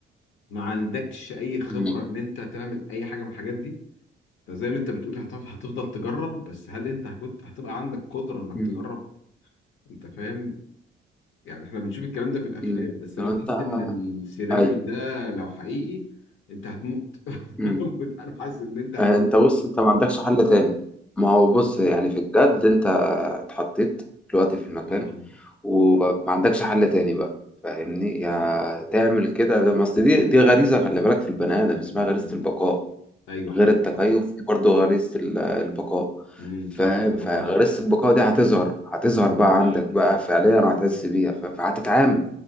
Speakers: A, on the left; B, in the centre.
A: ما عندكش اي خبره
B: مم.
A: ان انت تعمل اي حاجه من الحاجات دي زي ما انت بتقول هتف- هتفضل تجرب بس هل انت هكت- هتبقى عندك قدرة انك
B: مم.
A: تجرب انت فاهم يعني احنا بنشوف الكلام ده في الافلام
B: مم.
A: بس
B: لو
A: انا بحس
B: انت
A: ان السيناريو
B: ايوه
A: ده لو حقيقي انت هتموت <laughs>
B: مم.
A: انا حاسس ان انت هتموت
B: آه، انت بص انت ما عندكش حل تاني ما هو بص يعني في الجد انت اتحطيت دلوقتي في المكان
A: آه.
B: وما عندكش حل تاني بقى فاهمني يا تعمل كده ده ما اصل دي دي غريزة خلي بالك في البني ادم
A: مم.
B: اسمها غريزة
A: مم.
B: البقاء
A: ايوه
B: غير
A: حصل
B: التكيف
A: حصل
B: في برضه غريزة ال- البقاء
A: امم
B: فاهم
A: حصل برافو
B: فغريزة
A: عليك
B: البقاء دي هتظهر هتظهر
A: مم.
B: بقى عندك
A: مم.
B: بقى فعليا وهتحس بيها فاهم فهتتعامل